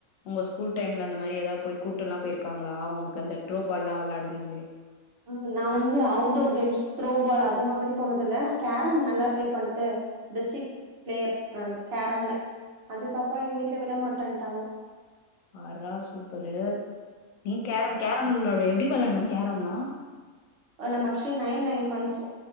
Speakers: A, on the left; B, on the right.
A: உங்க ஸ்கூல் டைம்ல அந்த மாரி ஏதாவ போய் கூட்டுல்லா போய்ருக்காங்களா உனக்கு அந்த த்ரோ பால் லா விளாடுவீங்ளே
B: ஆ நா வந்து அவுட்டோர் கேம்ஸ் த்ரோ பால் அது மாதிரி போனது இல்ல நா கேரம் நல்லா ப்ளே பண்ட்டு டிஸ்ட்ரிக் பிளேயர் நானு கேரம்ல அதுக்கப்புறோ எங்க வீட்ல விட மாட்டன்ட்டாங்க
A: பார்ரா சூப்பரு நீ கேரம் கேரம்ள வ எப்டி வெளாட்னு கேரம் லா
B: நம்ம actually nine nine coins